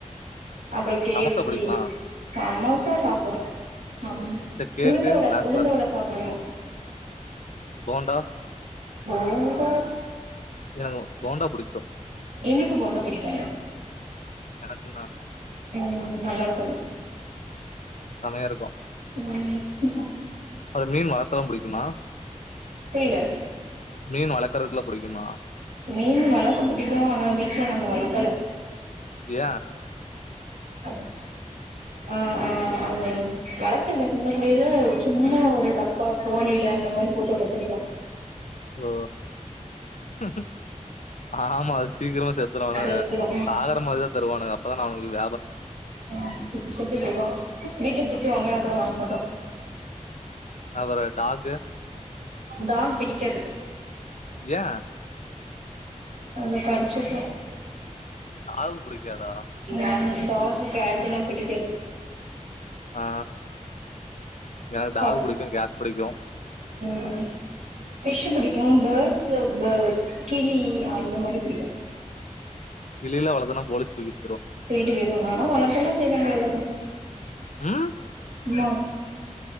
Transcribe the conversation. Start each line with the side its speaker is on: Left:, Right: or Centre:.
Right: அப்றோ
Left: அ
Right: கே
Left: சமோசா
Right: எஃப் சி
Left: பிடிக்குமா?
Right: சமோசா சாப்டுவே சாப்டுவோ,
Left: சரி கேக்கு,
Right: உளுந்த வட
Left: பிளாக்
Right: உளுந்த
Left: ஃபாரஸ்ட்,
Right: வட சாப்புடுவோ
Left: போண்டா
Right: ரொம்ப
Left: எனக்கு போண்டா புடிக்கு
Right: இனிப்பு போண்டா பிடிக்கு
Left: எனக்குந்தா
Right: ம் நல்லார்க்காது
Left: செமயா இருக்கு
Right: ம் ம்ஹும்
Left: அது மீன் வளத்தவு புடிக்குமா
Right: புரியல
Left: மீன் வளக்கறக்குல்லா புடிக்குமா
Right: மீனு வளக்க புடிக்கு ஆனா, வீட்ல நாங்க வளக்கல
Left: ஏ
Right: <inaudible> ஆ ஆ அது வளத்திருப்ப சின்னப்புள்ளைல சும்மா ஒரு டப்பா, போனைல அந்த மாரி போட்டு வளத்திருக்கோ
Left: ஓ <inaudible> ஆமா அது சீக்கிரமா செத்திரு ஆனா,
Right: செத்துரு
Left: சாகற மாரி தா தருவானுங்க அப்ப தான அவனுகளுக்
Right: ம் செத்து செத்து போய்டு வீட்ல திட்டுவாங்க அப்றோ வாங் மாட்டோ
Left: அபறோ டாகு
Right: டாக் பிடிக்காது
Left: ஏ
Right: அதுங்க கடிச்சுட்ரு
Left: டாகு புடிக்காதா
Right: ம் டாகு, கேட் எல்லா பிடிக்காது
Left: ஆ எனக்கு டாகு
Right: கடிச்
Left: புடிக்கு கேட் புடிக்கு
Right: ம் ஃபிஷ்ஷு பிடிக்கு பேட்ஸு பே கிளி அந்த மாரி பிடிக்கு
Left: இல்ல இல்ல அவ்ளோ தான போலீஷ் தூக்கிட்
Right: தூக்கிட்டு போயிருவாங்க ஆனா வளக்கல்லா செய்றாங்க எல்லாரு
Left: ஆ
Right: ஆ